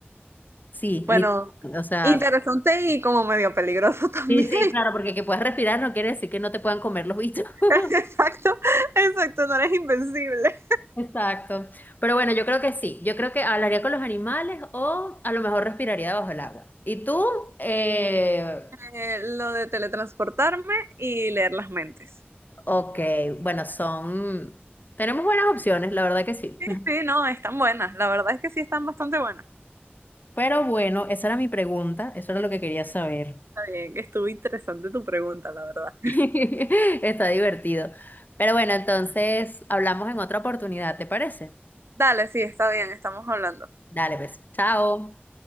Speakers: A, on the left (about 45°); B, on the right (about 85°).
A: Sí,
B: Bueno,
A: lit- o sea,
B: interesante y como medio peligroso también.
A: sí, sí, claro, porque que puedas respirar no quiere decir que no te puedan comer los bichos. <laughs>
B: <laughs> Exacto, exacto, no eres invencible.
A: Exacto. Pero bueno, yo creo que sí. Yo creo que hablaría con los animales o a lo mejor respiraría bajo el agua. ¿Y tú? Eh,
B: Eh, lo de teletransportarme y leer las mentes.
A: ok, bueno, son... Tenemos buenas opciones, la verdad que sí.
B: Sí,
A: <laughs>
B: sí, no, están buenas. La verdad es que sí están bastante buenas.
A: Pero bueno, esa era mi pregunta, eso era lo que quería saber.
B: Está bien, que estuvo interesante tu pregunta, la verdad.
A: <laughs> Está divertido. Pero bueno, entonces hablamos en otra oportunidad, ¿te parece?
B: Dale, sí, está bien, estamos hablando.
A: Dale, pues. Chao.